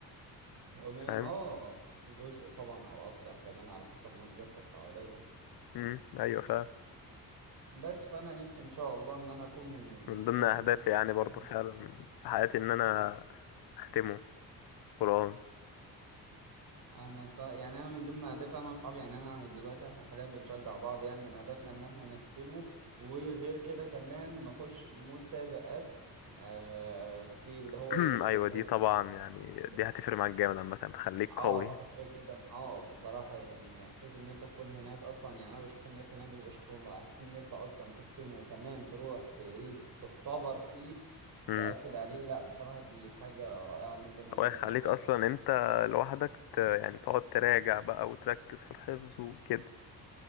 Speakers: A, on the right; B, on the left.
A: يومين
B: فاهم
A: اه جزء طبعا او اكتر كمان على حسب مقدرتك فهو لازم
B: امم ايوه فعلا
A: بس فانا نفسي ان شاء الله ان انا اكون من الخاتمين
B: من ضمن اهدافي يعني برضو
A: والله.
B: فعلا في حياتي ان انا اختمه قرآن
A: انا بصراحه يعني انا من ضمن اهدافي انا واصحابي يعني انا دلوقتي احنا حاليا بنشجع بعض يعني من هدفنا ان احنا نختمه وغير كده كمان نخش مسابقات آه في اللي هو
B: <clears throat>
A: ايه في
B: ايوه
A: الحفظ
B: دي طبعا
A: يعني أو
B: يعني
A: حاجه زي كده
B: دي هتفرق معاك جامد عامة تخليك
A: اه
B: قوي
A: هتفرق جدا اه بصراحة يعني احساس ان انت تكون هناك اصلا يعني انا بشوف الناس هناك بيبقى شكلهم رائع احساس ان انت اصلا تختم وكمان تروح ت- ايه تختبر فيه
B: امم
A: تأكد عليه لا بصراحة دي حاجة رائعة جدا وده
B: ويخليك
A: من اهدافنا
B: اصلا
A: يعني
B: انت
A: انا
B: لوحدك ت... يعني تقعد تراجع بقى وتركز في الحفظ وكده